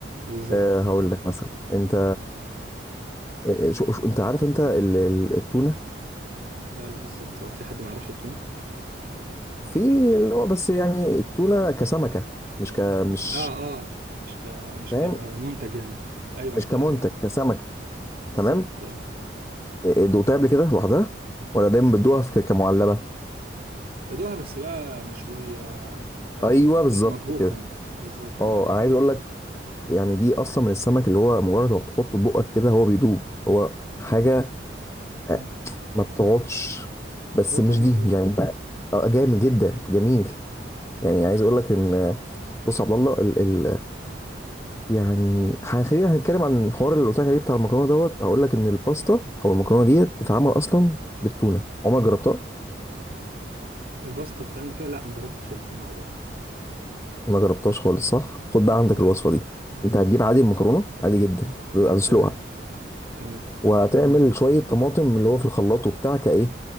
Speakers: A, on the right; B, on the left.
A: بالظبط
B: أه هقول لك مثلا انت إيه- شو... شو... انت عارف انت ال... ال- التونه
A: آه بالظبط هو في حد ما يعرفش التونة
B: في اللي هو بس يعني التونه كسمكه مش ك مش
A: اه اه مش ك مش
B: فاهم
A: ك كمنتج يعني ايوه
B: مش
A: اكيد
B: كمنتج
A: عارف
B: كسمكه تمام
A: بالظبط أيوة.
B: إيه، دوقتها قبل كده لوحدها ولا دايما بتدوقها في ك- كمعلبه
A: بدوها بس بقى مشويه فاهم
B: ايوه بالظبط
A: مطبوخه
B: كده
A: يعني بالظبط
B: اه عايز اقول لك يعني دي اصلا من السمك اللي هو مجرد ما بتحطه في بقك كده هو بيدوب هو حاجه آه،
A: مم.
B: ما بتقعدش بس
A: هو
B: مش
A: طعمها
B: دي
A: حلو
B: يعني بقى- آه، جامد جدا جميل يعني عايز اقول لك ان آه، بص يا عبد الله ال ال يعني ح- خلينا هنتكلم عن الحوار اللي قلت لك عليه بتاع المكرونه دوت هقول لك ان الباستا او المكرونه ديت بتتعمل اصلا بالتونه عمرك جربتها
A: الباستا بتتعمل بتقول لا مجربتش الاتنين مع بعض
B: ما جربتهاش خالص صح خد بقى عندك
A: لا
B: الوصفه
A: لا
B: دي انت هتجيب عادي المكرونه عادي جدا هتسلقها
A: تمام تمام
B: وهتعمل شويه طماطم اللي هو في الخلاط وبتاع كايه